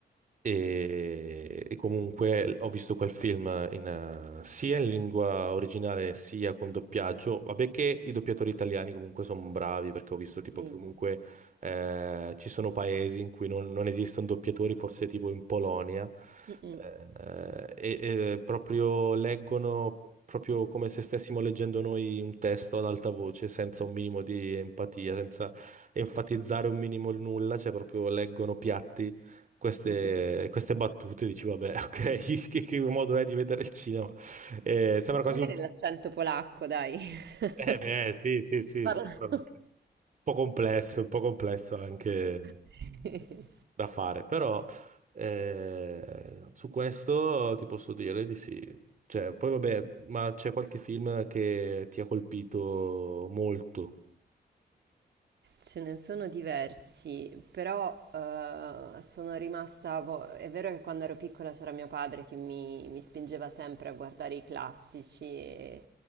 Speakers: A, on the right; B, on the right.
A: E, e comunque ho visto quel film in, eh, sia in lingua originale sia con doppiaggio. Vabbè che i doppiatori italiani comunque sono bravi perché ho visto tipo
B: sì.
A: che comunque eh, ci sono paesi in cui non, non esistono doppiatori, forse tipo in Polonia,
B: Mm,
A: eh, eh, e, e proprio leggono proprio come se stessimo leggendo noi un testo ad alta voce, senza un minimo di empatia, senza enfatizzare un minimo il nulla, cioè proprio leggono piatti queste,
B: mm. <laughs>
A: queste battute, dici, vabbè, <laughs> ok, che, che modo è di vedere il cinema? Eh, sembra
B: Ma
A: quasi
B: magari
A: un...
B: è l'accento polacco, dai. <laughs>
A: Eh, beh, sì, sì, sì,
B: Parla.
A: sicuramente.
B: <laughs>
A: Un po' complesso, un po' complesso anche
B: Sì.
A: da fare, però eh, su questo ti posso dire di sì. Cioè, poi vabbè, ma c'è qualche film che ti ha colpito molto?
B: Ce ne sono diversi, però eh, sono rimasta... boh, è vero che quando ero piccola c'era mio padre che mi, mi spingeva sempre a guardare i classici e,